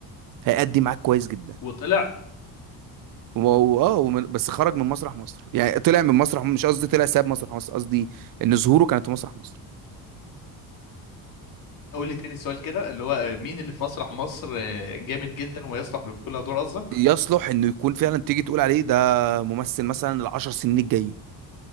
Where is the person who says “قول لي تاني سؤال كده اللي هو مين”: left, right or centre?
Left